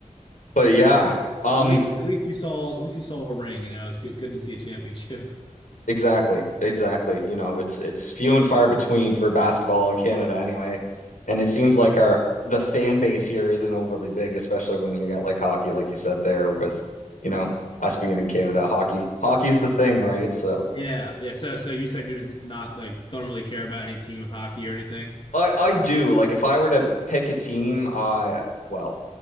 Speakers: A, on the left; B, on the left.
A: but yeah,
B: Well,
A: um,
B: at least at least you saw at least you saw a ring. You know, it's good good to see a championship. <laughs>
A: Exactly, exactly. You know, it's it's few and far between for basketball in Canada anyway. And it seems like our the fan base here isn't overly big, especially when you got like hockey, like you said there with, you know, us being in Canada, hockey hockey's the thing, right? So
B: Yeah, yeah. So so you said you're just not like don't really care about any team of hockey or anything.
A: I I do like if I were to pick a team, I well,